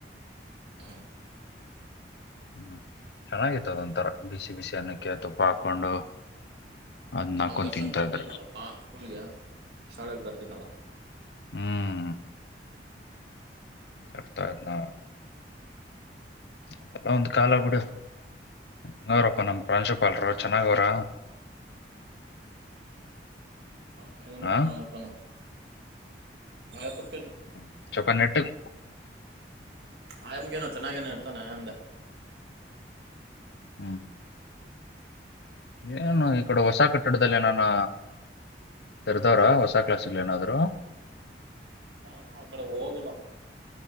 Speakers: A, on the right; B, on the left.
A: ಹ್ಮ್
B: ಹ್ಮ್ ಚೆನ್ನಾಗಿತ್ತು ಅದೊಂತರ ಬಿಸಿ ಬಿಸಿ ಅನ್ನಕ್ಕೆ ತುಪ್ಪ ಹಾಕೊಂಡು ಅದ್ನ ಹಾಕೊಂಡ್
A: ಅವನ್ ದರ್ಶನ್
B: ತಿಂತಾ
A: ತರ್ತಿದ್ನಲ್ಲಪ್ಪಾ
B: ಇದ್ರೆ
A: ಸ್ಕೂಲ್ಗೆ ಶಾಲೆಗ್ ತರ್ತಿದ್ನಲ್ಲ
B: ಹ್ಮ್ ತರ್ತಾಯಿದ್ನಾ ಅದೆಲ್ಲಾ ಒಂದ್ ಕಾಲ ಬಿಡು. ಹೆಂಗವ್ರಪ್ಪ ನಮ್ ಪ್ರಾಂಶುಪಾಲ್ರು ಚೆನ್ನಾಗವ್ರ?
A: <unintelligible>
B: ಹಾ ಹ್ಮ್.
A: <unintelligible>
B: ಹ್ಮ್ ಸಲ್ಪ ನೆಟ್ಟುಗ್
A: ಆಯಮ್ಗೇನು ಚೆನ್ನಾಗೇನೊ ಇರ್ತಾನೆ ಅಂದೆ.
B: ಹ್ಮ್ ಏನು ಈ ಕಡೆ ಹೊಸ ಕಟ್ಟಡದಲ್ ಏನಾನ ತೆರೆದವ್ರ ಹೊಸ ಕ್ಲಾಸ್ ಗುಳ್ ಏನಾದ್ರು?
A: ನಾನು ಆ ಕಡೆ ಹೋಗಿಲ್ಲ